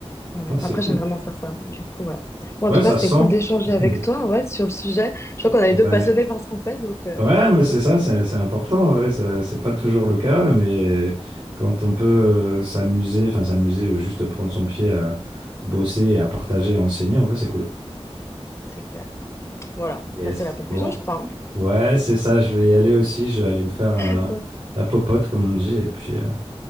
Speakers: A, on the left; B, on the right.
A: ouais, ouais.
B: Ouais, c'est
A: Après,
B: cool.
A: j'aime vraiment faire ça. Du coup, ouais. Bon,
B: Ouais,
A: en tout
B: ça
A: cas, c'était
B: se sent.
A: cool d'échanger avec toi,
B: <laughs>
A: ouais, sur le sujet. Je crois qu'on est
B: Ouais.
A: les deux passionnés par ce qu'on fait, donc euh,
B: Ouais, mais c'est
A: donc
B: ça,
A: c'est
B: c'est
A: cool.
B: c'est important en vrai, ça- c'est pas toujours
A: Mm,
B: le cas, mais quand on peut euh, s'amuser, enfin s'amuser ou juste prendre son pied à bosser et à partager à enseigner, en vrai, c'est cool.
A: C'est clair. Voilà.
B: Yes.
A: Bah, c'est la conclusion,
B: Bon.
A: je crois. hein.
B: Ouais, c'est ça, je vais y aller aussi, je vais aller me faire un-
A: <laughs> Ouais,
B: la popote, comme on dit, et puis, euh,